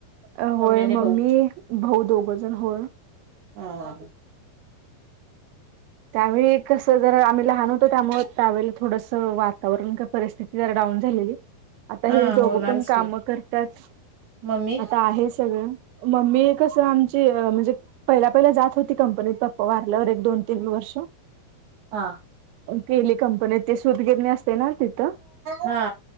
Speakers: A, on the right; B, on the right.
A: अ होय
B: आणि
A: मम्मी
B: भाऊ
A: भाऊ दोघजण होय,
B: हा हा
A: त्यावेळी कस जरा आम्ही लहान होतो त्यामुळे त्यावेळेला थोडस वातावरण परिस्थिती जरा डाऊन झालेली. आता
B: हा
A: हे दोघंपण
B: होणारच
A: काम
B: की
A: करतात
B: मम्मी
A: आता आहे सगळं मम्मी आमची म्हणजे पहिला पहिला जात होती कंपनीत पप्पा वारल्यावर एक दोन तीन वर्ष
B: हा
A: केली कंपनीत ते सुतगिरणी असतीया ना तिथ,
B: हा